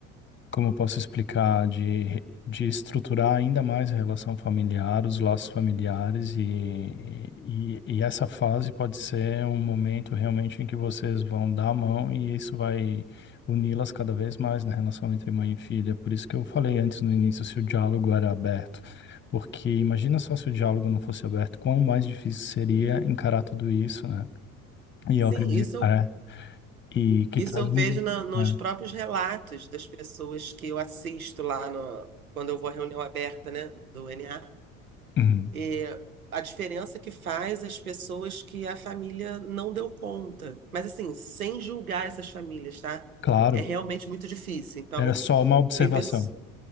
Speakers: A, on the left; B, on the right.
A: como eu posso explicar, de, de estruturar ainda mais a relação familiar, os laços familiares, e, e, e essa fase pode ser um momento realmente em que vocês vão dar a mão e isso vai uni-las cada vez mais na relação entre mãe e filha. Por isso que eu falei antes no início se o diálogo era aberto. Porque imagina só se o diálogo não fosse aberto, quão mais difícil seria encarar tudo isso, né? E eu
B: Sim,
A: acredito,
B: isso eu,
A: é, e que
B: isso
A: traz
B: eu
A: um.
B: vejo na- nos
A: é.
B: próprios relatos das pessoas que eu assisto lá no, quando eu vou à reunião aberta, né, do NA.
A: Uhum.
B: E a diferença que faz as pessoas que a família não deu conta. Mas assim, sem julgar essas famílias, tá?
A: Claro,
B: É realmente muito difícil. Então,
A: era só uma observação.
B: tem pessoas.